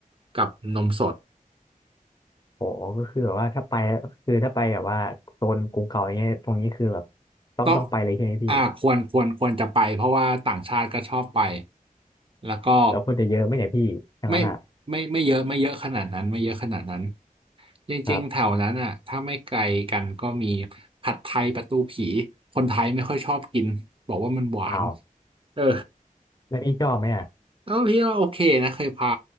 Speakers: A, on the right (about 40°); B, on the left (about 30°).
A: กับนมสด
B: โหก็คือแบบว่าถ้าไปคือถ้าไปแบบว่าโซนกรุงเก่าอย่างเงี้ยตรงนี้คือแบบต้องต้องไปเลยใช่ไหมพี่
A: ต้องอ่าควรควรควรจะไปเพราะว่าต่างชาติก็ชอบไปแล้วก็
B: แล้วคนจะเยอะไหมเนี่ยพี่อย่างนั้นอ่ะ
A: ไม่ไม่ไม่เยอะไม่เยอะขนาดนั้นไม่เยอะขนาดนั้นจริงๆแถวนั้นอ่ะถ้าไม่ไกลกันก็มี
B: ครับ
A: ผัดไทยประตูผีคนไทยไม่ค่อยชอบกินบอกว่ามันหวาน
B: อ้าว
A: เออ
B: แล้วพี่ชอบไหมอ่ะ
A: ก็พี่ว่าโอเคนะเคยพา